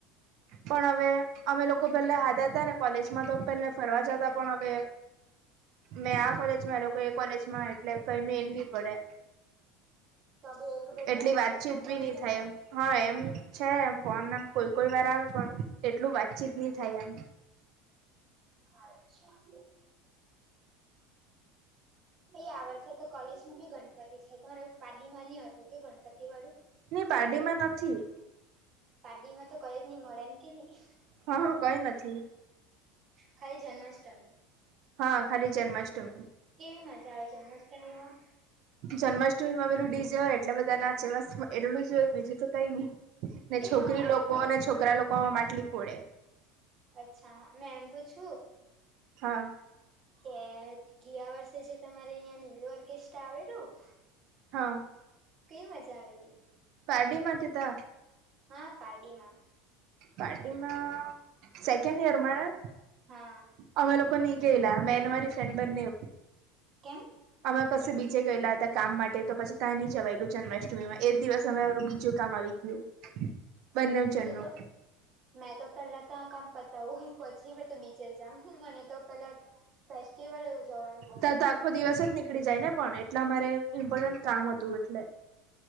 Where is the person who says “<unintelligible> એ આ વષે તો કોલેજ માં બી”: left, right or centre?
Right